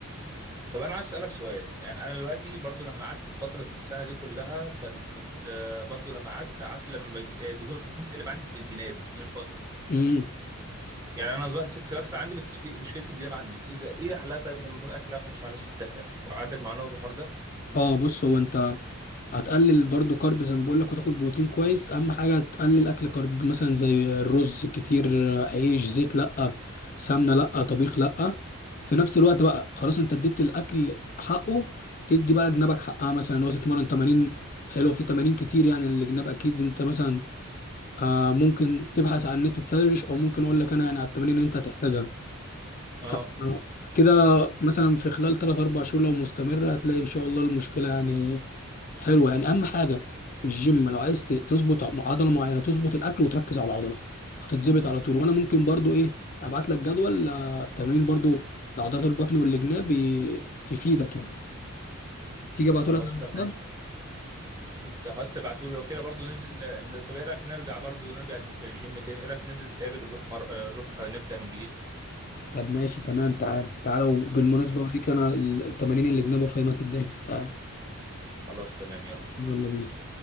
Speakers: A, on the right; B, on the left.
A: طب انا عايز اسالك سؤال يعني انا دلوقتي برضو لما قعدت في فتره السنه دي كلها كان كنت آه، برضو لما قعدت عارف لما بج- آه، دهون تقلب عندي في الجناب جناب بطني
B: امم
A: يعني انا ظاهر سكس باكس عندي بس في مشكله الجناب عندي ايه ده ايه حلها طيب من غير اكل عارفه مش علشان تهرق عندك معلومه في الحوار ده
B: اه بص هو انت هتقلل برضو كارب زي ما بقول لك وتاكل بروتين كويس اهم حاجه تقلل اكل كارب مثلا زي الرز كتير عيش زيت لا سمنه لا طبيخ لا في نفس الوقت بقى خلاص انت اديت الاكل حقه تدي بقى جنابك حقها مثلا ان هو تتمرن تمارين حلوه في تمارين كتير يعني الجناب اكيد انت مثلا آه ممكن تبحث عن النت تسرش او ممكن اقول لك انا يعني على التمارين اللي انت هتحتاجها
A: اه
B: آه، كده مثلا في خلال 3 4 شهور لو مستمرة هتلاقي ان شاء الله المشكلة يعني حلوة يعني اهم حاجة في الجيم لو عايز ت- تظبط عضلة معينة تظبط الاكل وتركز على العضلة هتتظبط على طول وانا ممكن برضو ايه ابعت لك جدول آه، تمرين برضو لعضلات البطن والجناب ي- يفيدك يعني تيجي ابعته
A: خلاص
B: لك على الواتساب
A: تمام انت عايز تبعته لي وكده برضو ننزل ل- ل- طب ايه رايك نرجع برضو ونرجع الج- الجيم تاني ايه رايك ننزل نتقابل ونروح مر... آه، نروح نبدا من جديد
B: طب ماشي تمام تعالى تعالى وبالمناسبة اوريك انا التمارين الجناب وافهمك الدنيا تعالى
A: خلاص تمام يلا
B: يلا بينا